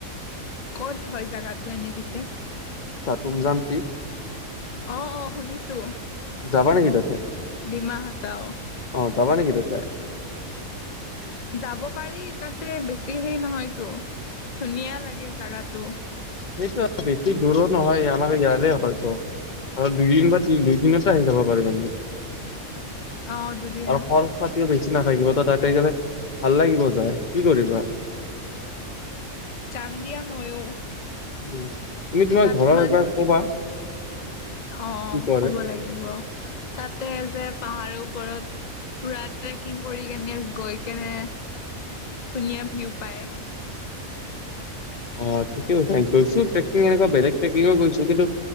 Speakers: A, on the left (about 65°); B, on the left (about 40°).
A: ক'ত হয় জাগাটো এনে পিছে-
B: তুমজান পিক।
A: অ অ শুনিছো।
B: যাবা নেকি তাতে
A: ডিমা হাচাও
B: অ যাবা নেকি তাতে
A: যাব পাৰি তাতে বেছি হেৰি নহয়তো ধুনীয়া লাগে জাগাটো
B: সেইটো আৰু বেছি দূৰত নহয় আমাৰ ইয়াৰে হয়তো। আৰু দুইদিন বা তি দুই দিনতে আহি যাব পাৰে মানে
A: অ দুদিন
B: আৰু খৰচ পাতিও বেছি কি নাথাকিব তই তাতে গলে সেই কাৰণে ভাল লাগিব যায় কি কৰিবা
A: যাম দিয়া ময়ো।
B: উ তুমি তোমাৰ
A: তাত
B: ঘৰৰ
A: মানুহ
B: এবাৰ কবা।
A: অ
B: কি কৰে
A: ক'ব লাগিব তাতে যে। পাহাৰৰ ওপৰত পুৰা ট্ৰেকিং কৰি কেনে গৈ কেনে। ধুনীয়া ভিউ পায়।
B: অ ঠিকে গৈছো ট্ৰেকিং এনেকুৱা বেলেগ ট্ৰেকিঙও গৈছো কিন্তু